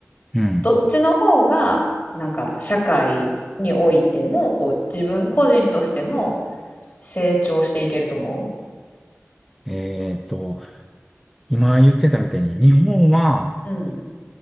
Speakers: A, in the centre; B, on the left (about 40°).
A: うん。
B: どっちの方がなんか社会においてもこう自分個人としても成長していけると思
A: えっと、今言ってたみたいに、日本は
B: うん、